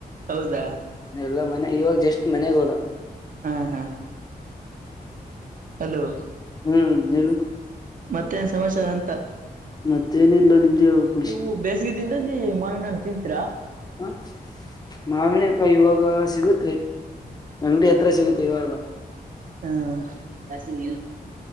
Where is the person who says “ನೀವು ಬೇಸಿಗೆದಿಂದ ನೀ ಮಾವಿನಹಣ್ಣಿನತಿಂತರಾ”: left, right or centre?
Right